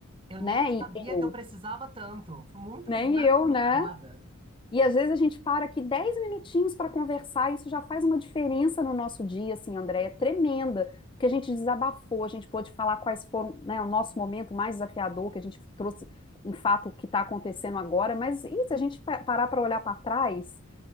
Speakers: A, on the right; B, on the left.
A: Eu
B: né,
A: nem
B: e
A: sabia
B: eu,
A: que eu precisava tanto. Fui Muito
B: nem
A: obrigada
B: eu,
A: por
B: né?
A: ter ligada.
B: E às vezes a gente para aqui 10 minutinhos para conversar, e isso já faz uma diferença no nosso dia, assim, Andréia, é tremenda, porque a gente desabafou, a gente pôde falar quais foram, né, o nosso momento mais desafiador, que a gente trouxe um fato que está acontecendo agora, mas e se a gente parar para olhar para trás,